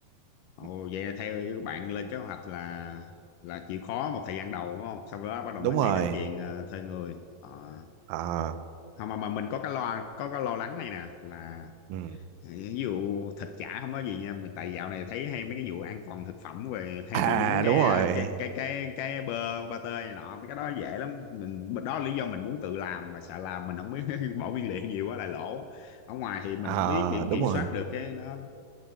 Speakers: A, on the left; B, on the right.
A: ồ
B: Ừ,
A: vậy là theo bạn lên kế hoạch là là chịu khó một thời gian đầu đúng không sau đó bắt đầu
B: đúng
A: mới nghĩ
B: rồi
A: đến chuyện ờ, thuê người Ờ.
B: à,
A: không mà, mà mình có cái lo có cái lo lắng này nè là
B: ừ.
A: ví dụ thịt chả không có gì nha mình tại dạo này thấy hay mấy cái vụ an toàn thực phẩm về hay
B: à
A: bị dính cái
B: đúng rồi
A: cái cái cái cái bơ ba tơ này nọ mấy cái đó dễ lắm mình mình- đó là lý do mình muốn tự làm mà sợ làm mình không biết <laughs> bỏ nguyên liệu nhiều quá lại lỗ ở ngoài thì mình
B: à
A: không biết kiểm
B: đúng
A: kiểm
B: rồi
A: soát được cái đó